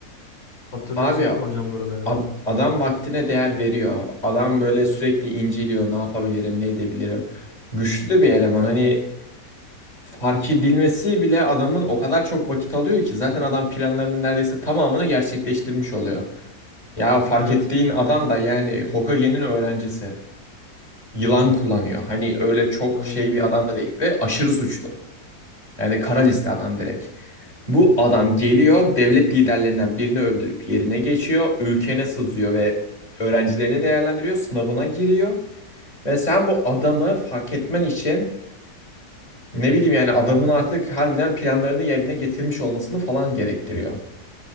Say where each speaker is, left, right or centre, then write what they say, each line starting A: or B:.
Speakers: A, on the left; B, on the left.
A: Hatırlıyorsun
B: Abi
A: değil mi hocam buraları
B: ad-
A: da?
B: adam vaktine değer veriyor. Adam böyle sürekli inceliyor. Ne yapabilirim, ne edebilirim. Güçlü de bir eleman. Hani fark edilmesi bile adamın o kadar çok vakit alıyor ki zaten adam planlarının neredeyse tamamını gerçekleştirmiş oluyor. Ya fark
A: Evet.
B: ettiğin adam da yani Hokage'nin öğrencisi. Yılan kullanıyor. Hani öyle çok
A: Aynen.
B: şey bir adam da değil ve aşırı suçlu. Yani kara liste adam direkt. Bu adam geliyor devlet liderlerinden birini öldürüp yerine geçiyor. Ülkene sızıyor ve öğrencilerini değerlendiriyor. Sınavına giriyor. Ve sen bu adamı fark etmen için ne bileyim yani adamın artık harbiden planlarını yerine getirmiş olmasını falan gerektiriyor.